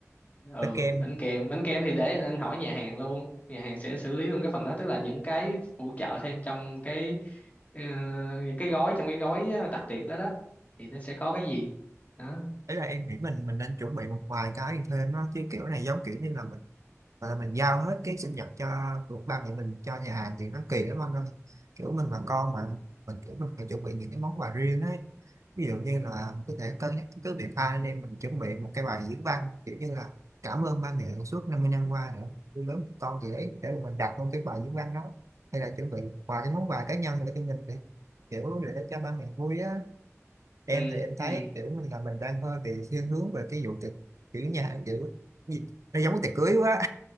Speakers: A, on the left (about 30°); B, on the right (about 75°).
A: ừ
B: bánh kem
A: bánh kem bánh kem thì để anh hỏi nhà hàng luôn nhà hàng sẽ xử lý luôn cái phần đó tức là những cái phụ trợ thêm trong cái ờ, những cái gói trong cái gói ờ, đặc biệt đó đó thì nó sẽ có cái gì đó
B: đấy là em nghĩ mình mình nên chuẩn bị một vài cái thêm á chứ kiểu này giống kiểu như là mình gọi là mình giao hết cái sinh nhật cho của ba mẹ mình cho nhà hàng thì nó kỳ lắm anh ơi kiểu mình là con mà mình kiểu mình phải chuẩn bị những cái món quà riêng ấy ví dụ như là có thể cân nhắc cứ việc hai anh em mình chuẩn bị một cái bài diễn văn kiểu như là cảm ơn ba mẹ suốt 50 năm qua nữa nuôi lớn một con gì đấy để mà mình đặt luôn cái bài diễn văn đó hay là chuẩn bị một vài cái món quà cá nhân để cho mình kiểu để cho ba mẹ vui á em
A: ừ
B: thì em thấy
A: ừ
B: kiểu mình là mình đang hơi bị thiên hướng về cái vụ tiệc kiểu nhà kiểu gì? nó giống cái tiệc cưới quá